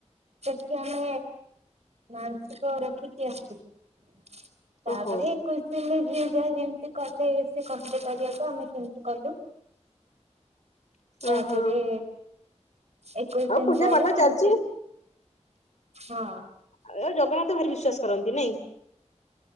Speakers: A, on the right; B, on the left.
A: ସେଠି ଆମେ ମାନସିକ ରଖିକି ଆସିଲୁ। ତାପରେ
B: ଓହୋ।
A: ଏକୋଇଶି ଦିନି ଯିଏ ଯାହା ଯେମତି କଲେ ସେ କହିଲେ କରିବାକୁ ଆମେ ସେମ କଲୁ ତାପରେ
B: ଓହୋ
A: ଏକୋଇଶ
B: ଆଉ
A: ଦିନ
B: ପୂଜା
A: ପରେ
B: ପାଠ
A: ମାନସି
B: ଚାଲିଛି
A: ହଁ।
B: ଏ ଆଉ ଜଗନ୍ନାଥ ଭାରି ବିଶ୍ୱାସ କରନ୍ତି ନାଇଁ?